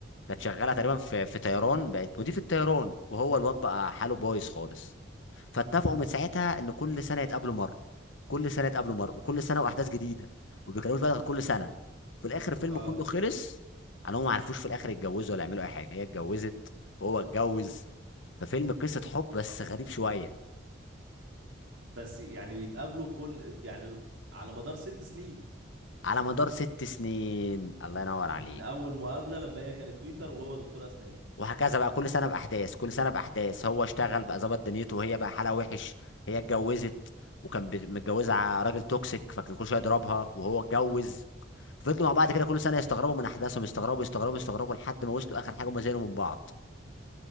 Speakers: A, on the left; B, on the right.
A: كانت شغاله تقريبا في في طيران بقت مضيف الطيران وهو الواد بقى حاله بايظ خالص فاتفقوا من ساعتها ان كل سنه يتقابلوا مره كل سنه يتقابلوا مره وكل سنه واحداث جديده وما بيتكلموش بقى غير كل سنه في الاخر الفيلم
B: اه
A: كله خلص على هم ما عرفوش في الاخر يتجوزوا ولا يعملوا اي حاجه هي اتجوزت وهو اتجوز ففيلم قصه حب بس غريب شويه
B: بس يعني بيتقابلوا كل يعني على مدار ست سنين
A: على مدار ست سنين الله ينور
B: من
A: عليك
B: اول مقابلة لما هي كانت تويتر وهو دكتور اسنان
A: وهكذا بقى كل سنه باحداث كل سنه باحداث هو اشتغل بقى ظبط دنيته وهي بقى حالها وحش هي اتجوزت وكان بي- متجوزه ع- راجل توكسيك فكان كل شويه يضربها وهو اتجوز فضلوا مع بعض
B: اه
A: كده كل سنه يستغربوا من احداثهم يستغربوا يستغربوا يستغربوا لحد ما وصلوا اخر حاجه هما زعلوا من بعض